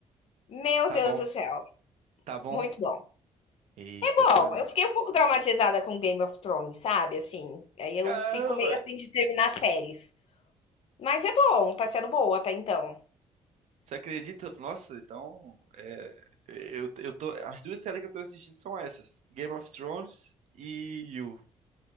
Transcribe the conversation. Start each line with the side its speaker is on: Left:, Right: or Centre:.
Left: meu
Right: Tá
Left: Deus
Right: bom,
Left: do céu,
Right: tá bom.
Left: muito bom.
Right: Eita,
Left: É
Right: eu tô
Left: bom,
Right: animado.
Left: eu fiquei um pouco traumatizada com Game of Thrones, sabe? Assim, aí eu
Right: Caramba!
Left: fico meio assim de terminar séries. Mas é bom, tá sendo boa até então.
Right: Você acredita? Nossa, então... É... Eu, eu tô... As duas séries que eu tô assistindo são essas. Game of Thrones e You.